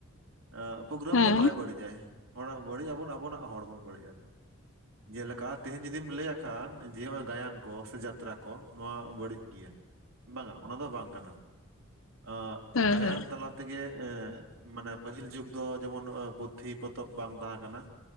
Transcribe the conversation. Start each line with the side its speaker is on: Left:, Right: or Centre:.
Right: ᱮ ᱯᱨᱳᱜᱨᱟᱢ
Left: ᱦᱮᱸ
Right: ᱫᱚ ᱵᱟᱭ ᱵᱟᱹᱲᱤᱡᱟᱭ᱾ ᱦᱚᱲᱟᱜ ᱵᱟᱹᱲᱤᱡ ᱟᱵᱚᱱ ᱟᱵᱚᱱᱟᱜ ᱦᱚᱲ ᱵᱚᱱ ᱵᱟᱹᱲᱤᱡᱼᱟ, ᱡᱮᱞᱮᱠᱟ ᱛᱮᱦᱮᱧ ᱡᱩᱫᱤᱢ ᱞᱟᱹᱭᱟ ᱠᱷᱟᱱ ᱡᱮ ᱱᱟᱣᱟ ᱜᱟᱭᱟᱱ ᱠᱚ ᱥᱮ ᱡᱟᱛᱨᱟ ᱠᱚ ᱱᱚᱣᱟ ᱵᱟᱹᱲᱤᱡ ᱜᱮᱭᱟ, ᱵᱟᱝᱟ ᱚᱱᱟ ᱫᱚ ᱵᱟᱝ ᱠᱟᱱᱟ᱾ ᱟᱜ
Left: ᱦᱮᱸ
Right: ᱜᱟᱭᱟᱱ
Left: ᱦᱮᱸ
Right: ᱛᱟᱞᱟ ᱛᱮᱜᱮ ᱮ ᱢᱟᱱᱮ ᱯᱟᱹᱦᱤᱞ ᱡᱩᱜᱽ ᱫᱚ ᱡᱮᱢᱚᱱ ᱯᱩᱛᱷᱤ ᱯᱚᱛᱚᱵ ᱵᱟᱝ ᱛᱟᱦᱮᱸ ᱠᱟᱱᱟ᱾